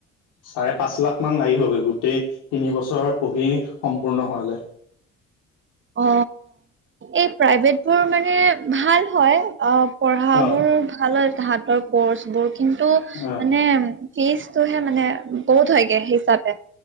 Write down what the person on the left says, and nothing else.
চাৰে পাঁচ লাখ মান লাগিবগৈ গোটেই তিনি বছৰ পঢ়ি সম্পূৰ্ণ হোৱালৈ।
অ
অ